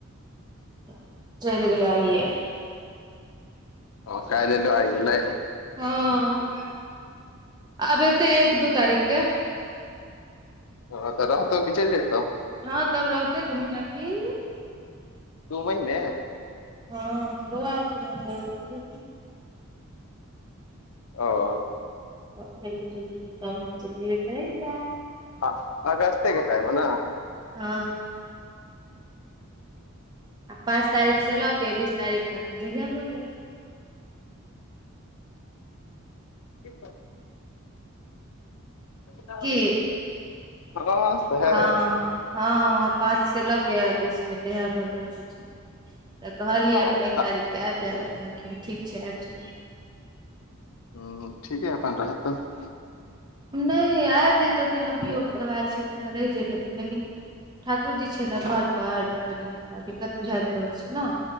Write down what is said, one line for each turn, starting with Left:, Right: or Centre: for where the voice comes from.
Right: तऽ चैल गेलै आइये।
Left: ओ काइल ऐलेै आई गेलेै?
Right: हँ आब एतेै एक दू तारीख के।
Left: ओ तऽ रहतौ कि चैल जेतौ?
Right: हँ तब रहतेै दू महीना की-
Left: दू महिने-
Right: हँ बौआ और के नै <unintelligible>
Left: ओ-
Right: तऽ फेर जल्दी ओत तब हम जल्दीये करैया।
Left: हॅं अगस्ते के टाइम मे नऽ
Right: हँ। आब पाँच तारीख से लऽ के बीस तारीख तक मे जहिया भऽ जाय।
Left: कि कहू।
Right: की
Left: हँ सेेएहे
Right: आ
Left: हैय।
Right: हँ पाँच से लऽ के आ बीस मे जहिया भऽ जाय किछ। तऽ कहलियै
Left: हँ
Right: हे अपन एक तारीख के आइबि जाइ लए कहलखिन ठीक छै आइबि जेबै।
Left: हँ ठीके अपन रहत।
Right: नैय आइब जयतथिन अभियो मतलब एल छेलखिन तऽ रहि जयतथिन लेकिन- ठाकुर जी छै ने घर पर तऽ कनि ओकरा दिक्कत बुझाइत रहै छै नऽ।